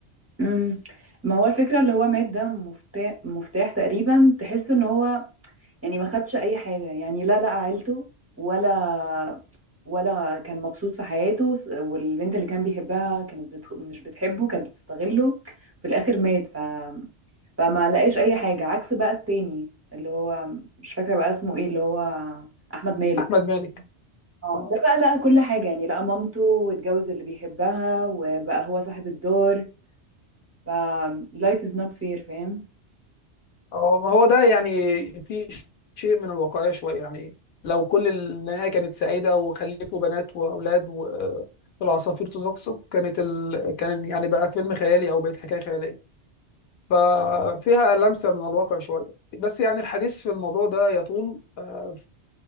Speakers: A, on the right; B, on the left.
A: امم ما هو الفكرة اللي هو مات ده مفتاح مفتاح تقريبا تحس ان هو يعني ما خدش اي حاجة يعني لا لقى عيلته ولا ولا كان مبسوط في حياته س- والبنت اللي كان بيحبها كانت بتخ... مش بتحبه كانت بتستغله في الاخر مات ف... فما لقاش اي حاجة عكس بقى التاني اللي هو مش فاكرة بقى اسمه ايه اللي هو احمد مالك
B: احمد مالك
A: اه
B: اه
A: ده بقى لقى كل حاجة يعني لقى مامته واتجوز اللي بيحبها وبقى هو صاحب الدار ف life is not fair فاهم
B: أو ما هو ده يعني في شيء من الواقعية شوية يعني لو كل النهاية كانت سعيدة وخلفوا بنات وأولاد و- والعصافير تزقزق كانت ال... كان يعني بقى فيلم خيالي أو بقت حكاية خيالية ففيها لمسة من الواقع شوية بس يعني الحديث في الموضوع ده يطول آه،